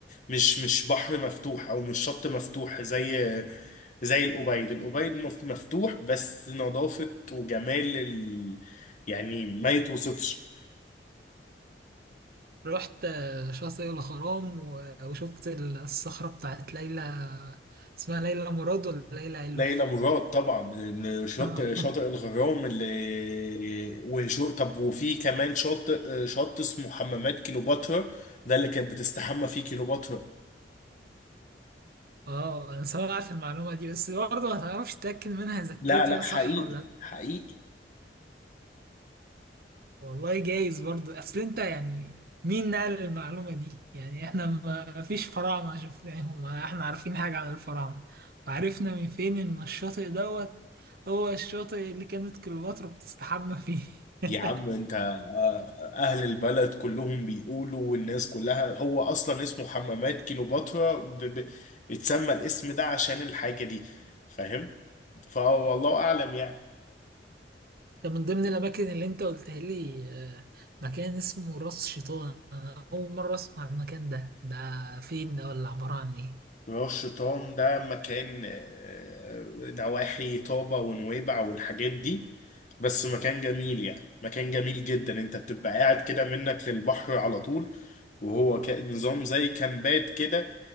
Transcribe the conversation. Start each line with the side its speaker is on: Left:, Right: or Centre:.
Left: ومش مش بحر مفتوح او مش شط مفتوح زي زي الأوبايد الأوبايد مف- مفتوح بس نظافة وجمال ال... يعني ما يتوصفش
Right: رحت آه، شاطئ الغرام و- وشفت الصخرة بتاعت ليلى اسمها ليلى مراد ولا ليلى علوي
Left: ليلى مراد طبعا شاطئ
Right: <laughs>
Left: شاطئ الغرام اللي وشو طب وفي كمان شاطئ شط اسمه حمامات كيلوباترا ده اللي كانت بتستحمى فيه كيلوباترا
Right: اه انا سمعت المعلومة دي بس برضه ما تعرفش تتأكد منها اذا كانت
Left: لا لا
Right: هي
Left: حقيقي
Right: صح ولا
Left: حقيقي
Right: والله جايز برضو اصل انت يعني مين نقل المعلومة دي يعني احنا ما فيش فراعنة شفناهم ولا احنا عارفين حاجة عن الفراعنة فعرفنا من فين ان الشاطئ دوت هو الشاطئ اللي كانت كليوباترا بتستحمى فيه <laughs>
Left: يا عم انت آه، اهل البلد كلهم بيقولوا والناس كلها هو اصلا اسمه حمامات كيلوباترا ب... ب... اتسمى الاسم ده عشان الحاجة دي فاهم فوالله اعلم يعني
Right: ده من ضمن الأماكن اللي أنت قلتها لي آه، مكان اسمه راس شيطان أنا أول مرة أسمع المكان ده ده فين ده ولا عبارة عن إيه؟
Left: راس شيطان ده مكان آه، نواحي طابة ونويبع والحاجات دي بس مكان جميل يعني مكان جميل جدا انت بتبقى قاعد كده منك للبحر على طول وهو ك- نظام زي كامبات كده